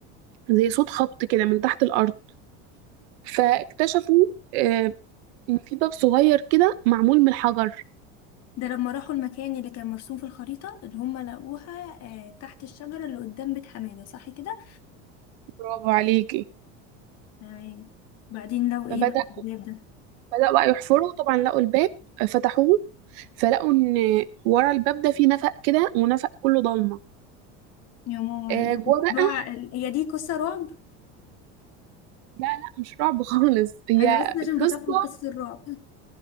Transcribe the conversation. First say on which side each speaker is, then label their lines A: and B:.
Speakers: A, on the right; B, on the left.
A: زي صوت خبط كده من تحت الارض فاكتشفوا آه، ان في باب صغير كده معمول من الحجر
B: ده لما راحوا المكان اللي كان مرسوم في الخريطة اللي هم لقوها آه تحت الشجرة اللي قدام بيت حمادة صح كده؟
A: برافو عليكي
B: تمام بعدين لو ايه
A: فبدأ
B: بقى في الباب ده
A: بدأوا بقى يحفروا طبعا لقوا الباب آه، فتحوه فلقوا ان ورا الباب ده في نفق كده ونفق كله ضلمه
B: يا ماما
A: آه، جوه
B: الموضوع
A: بقى
B: ال- هي دي قصة رعب
A: لا لا مش رعب خالص هي
B: انا بس عشان بخاف
A: قصة
B: من قصة الرعب